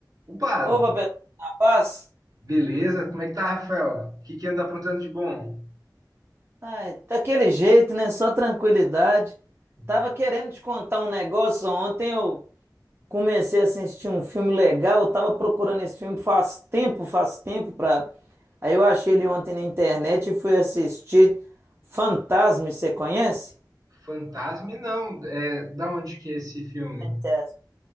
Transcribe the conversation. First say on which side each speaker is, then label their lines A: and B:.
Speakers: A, on the right; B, on the right.
A: Opa,
B: Opa, pessoal, na paz?
A: beleza? Como é que tá, Rafael? O que que anda aprontando de bom?
B: Ai, daquele jeito, né? Só tranquilidade. Tava
A: É,
B: querendo te contar um negócio. Ontem eu comecei a assistir um filme legal. Eu tava procurando esse filme faz tempo, faz tempo pra. Aí eu achei ele ontem na internet e fui assistir Fantasma, você conhece?
A: Fantasma? Não. É, da onde que é esse filme?
B: Fantasma.